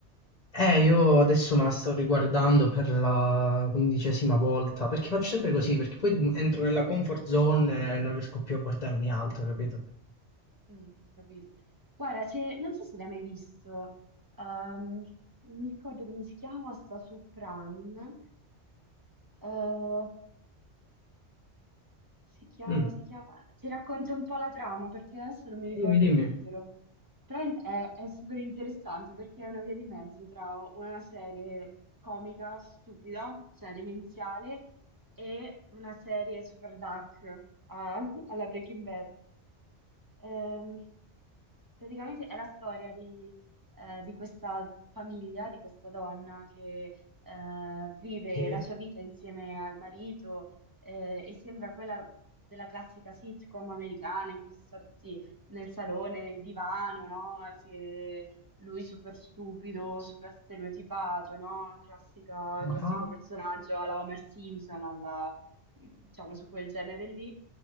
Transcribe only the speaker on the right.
<laughs>
Mm, capito. Guarda, se, non so se l'hai mai visto, ehm, non mi ricordo come si chiama, sta su Prime. Eh, Si chiama,
si chiama... Ti racconto un po' la trama perché adesso non mi ricordo
il titolo. Però è, è super interessante perché è una via di mezzo tra una serie comica stupida, cioè demenziale, e una serie super dark a- alla Breaking Bad. Ehm, praticamente è la storia di, eh, di questa famiglia, di questa donna che eh, vive
la sua vita insieme al marito eh, e sembra quella della classica sitcom americana in cui si sta tutti nel salone, nel divano, no? Si- lui super stupido, super stereotipato, no? Classica- classico
personaggio alla Homer Simpson, alla, diciamo su quel genere lì